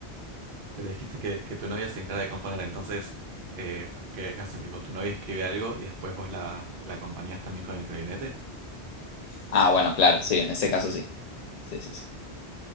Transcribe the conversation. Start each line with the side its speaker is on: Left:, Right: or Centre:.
Right: Pero dijiste que, que tu novia se encarga de componer, entonces, eh, ¿qué hacen? Tipo, tu novia escribe algo y después vos la, la acompañás también con el clarinete.
Left: Ah, bueno, claro, sí, en ese caso sí. Sí, sí, sí.